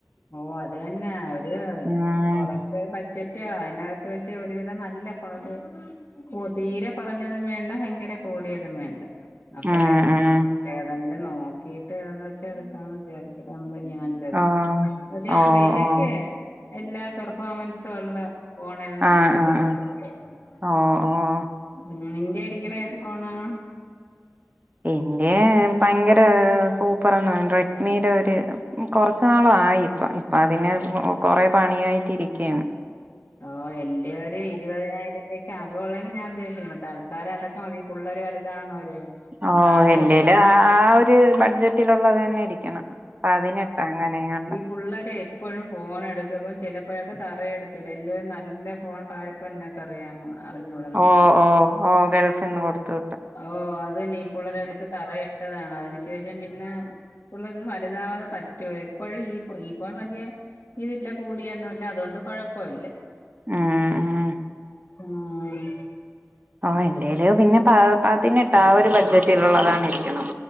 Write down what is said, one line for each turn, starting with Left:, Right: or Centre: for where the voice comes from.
Left: ഓ അത് തന്നെയ ഒരു
Right: ഉം
Left: കൊറ ച്ച് ബഡ്ജറ്റുകളാ അതിനകത്ത് വെച്ച ഒരുവിധം നല്ല പോണ ഒരു ഓ തീരെ കുറഞ്ഞതും വേണ്ട ഭയങ്കര കൂടിയതും വേണ്ട അപ്പൊ
Right: ഉം
Left: ഞാൻ
Right: ഉം
Left: ഏതെങ്കിലും നോക്കീട്ട് ഏതന്ന് വെച്ചാ എടുക്കാ വിചാരിച്ച കമ്പനിയ നല്ലത്
Right: ഓഹ്
Left: പക്ഷെ
Right: ഓഹ്
Left: ആ വിലക്ക്
Right: ഓഹ്
Left: എല്ലാത്തർ പർഫോമൻസൊള്ള ഫോൺ ഏതെന്ന്
Right: ആഹ്
Left: നോക്കീട്ട്
Right: ആഹ്
Left: എടുക്കാൻ
Right: ആഹ്
Left: നിക്കായിരുന്നു.
Right: ഓഹ് ഓഹ്
Left: ഉം നിന്റെ രിക്കണേ ഏത് ഫോണാണ്
Right: എന്റെ ഭയങ്കര സൂപ്പർന്ന് റെഡ്മിടെ ഒര് കൊർച്ച് നാള് ആയി ഇപ്പ ഇപ്പ അതിന് കൊറെ പണിയായിട്ടരിക്കയാണ്
Left: ഓ എന്റെ ഒരു ഇരുപതിനായിരതെക്ക് അകം ഉള്ളാണ് ഞാൻ ഉദ്ദേശിക്കണ തല ൽകാലം അതൊക്കെ മതി ഈ പിള്ളേർ വലുതാവ്ണ വരെ
Right: ഓഹ്
Left: കാരണം
Right: എന്റെല്
Left: എപ്പോഴും
Right: ആ ആ ഒരു ബഡ്ജറ്റിലുള്ളത് തന്നെ ഇരിക്കണം പതിനെട്ടാ അങ്ങനങ്ങാണ്ട്
Left: പുള്ളരെ എപ്പോഴും ഫോൺ എടുക്ക പും ചിലപ്പോഴൊക്കെ തറയെടുത്തുടും എല്ല നല്ല ഫോൺ താ അപ്പൊ എന്നൊക്കെ അറിയമോ അറിഞ്ഞുടാ
Right: ഓ ഓ ഓ ഗൾഫ് നിന്ന് കൊടുത്ത് വിട്ട്
Left: ഓ അത് നീ പുള്ളരെ അടുത്ത് തറയിട്ടതാണ് അതിന് ശേഷം പിന്നെ പുള്ള വലുതാവാതെ പറ്റൂല എപ്പോഴും ഈ ഈ ഫോൺ വലിയ ഇതില്ല കൂടിയന്നുംല്ല അതുകൊണ്ട് കൊഴപ്പല്ല
Right: ഉം ഉം
Left: ആഹ്
Right: ഓ എന്തേലും പിന്നെ പ പതിനെട്ട് ആ ഒരു ബഡ്ജറ്റിൽള്ളതാണ് ഇരിക്കണ